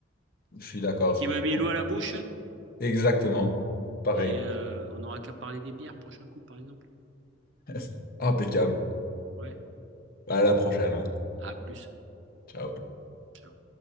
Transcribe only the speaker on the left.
je suis d'accord.
Con-
Exactement. Pareil.
<laughs> Impeccable.
À la prochaine. hein.
Ciao.